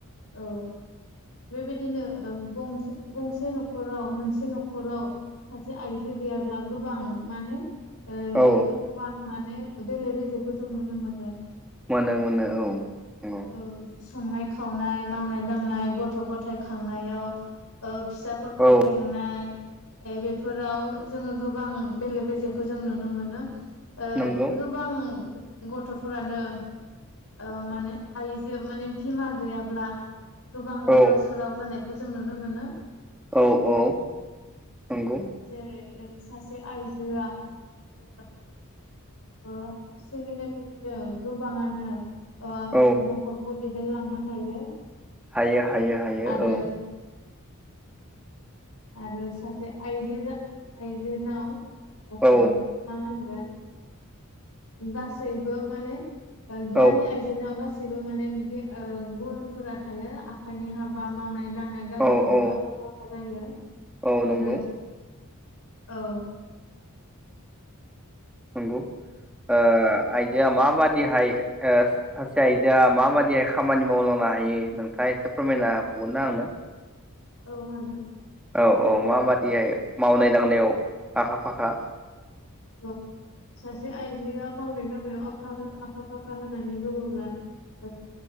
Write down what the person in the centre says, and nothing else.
औ
मोनो- मोनो औ नंगौ।
औ
नंगौ
औ
औ -औ, नंगौ।
औ
हायो- हायो -हायो
औ।
औ
औ
औ औ
औ
नंगौ।
नंगौ। ओ, आइजोआ माबादिहाय ओ, सासे आइजोआ माबादिहाय खामानि मावलां <unintelligible> नोंथाङा एसे फोरमायना हावगोन ना आंनो?
औ -औ
माबादिहाय मावनाय दांनायाव आखा-फाखा